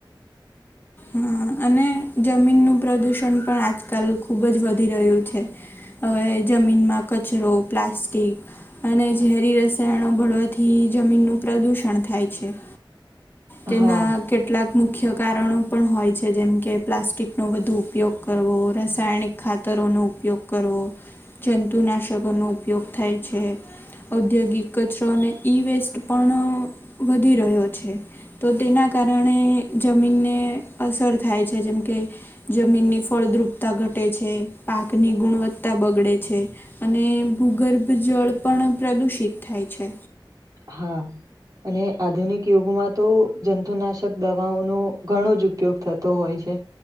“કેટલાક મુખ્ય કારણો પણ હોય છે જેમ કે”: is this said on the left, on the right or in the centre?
Left